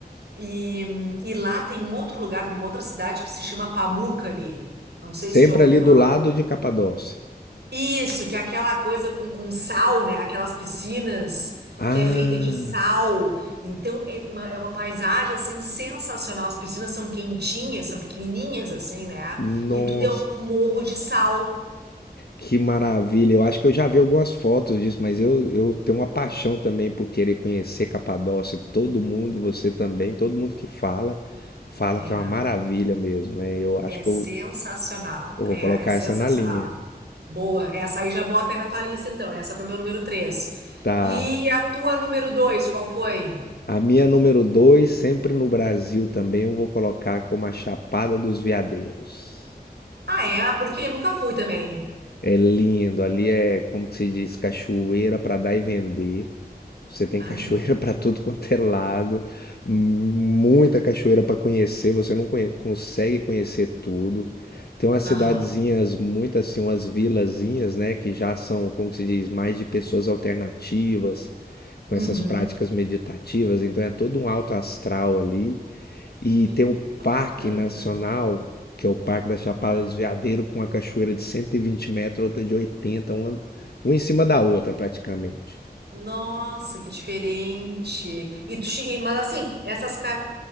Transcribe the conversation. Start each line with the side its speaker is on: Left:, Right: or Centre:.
Right: E, e lá tem um outro lugar também, uma outra cidade que se chama Pamukkale. Não sei
Left: sempre
Right: se tu já ouviu
Left: ali
Right: falar.
Left: do lado de Capadócia.
Right: Isso, que é aquela coisa com, com sal, né? Aquelas piscinas
Left: Ah,
Right: que é feita de sal. Então é uma, é uma paisagem assim sensacional. As piscinas são quentinhas, são pequenininhas assim, né?
Left: nossa,
Right: E tudo é um morro de sal.
Left: que maravilha. Eu acho que eu já vi algumas fotos disso, mas eu, eu tenho uma paixão também por querer conhecer Capadócia. Todo mundo, você também, todo mundo que fala, fala
Right: É.
Left: que é uma maravilha mesmo, né? Eu acho
Right: É
Left: que
Right: sensacional.
Left: eu, eu vou
Right: É,
Left: colocar
Right: é sensacional.
Left: essa na linha.
Right: Boa. Essa aí já bota aí na tua lista, então. Essa foi meu número 3.
Left: Tá.
Right: E a tua número dois, qual foi?
Left: A minha número 2 sempre no Brasil também, eu vou colocar como a Chapada dos Veadeiros.
Right: Ah, é? Ah, Porque nunca fui também.
Left: É lindo, ali é, como que se diz, cachoeira para dar e vender. Você tem
Right: Ah,
Left: cachoeira
Right: é?
Left: <laughs> para tudo quanto é lado, muita cachoeira para conhecer, você não conhe- consegue conhecer tudo. Tem umas
Right: Aham.
Left: cidadezinhas, muitas assim, umas vilazinhas, né, que já são, como que se diz, mais de pessoas alternativas, com
Right: Uhum.
Left: essas práticas meditativas, então é todo um alto astral ali. E
Right: Que
Left: tem um
Right: bacana.
Left: parque nacional, que é o Parque da Chapada
Right: Hum.
Left: dos Veadeiros, com a cachoeira de 120 metros, outra de 80, uma, uma em cima da outra praticamente.
Right: Nossa, que diferente. E tu, che- e- mas assim, essas casas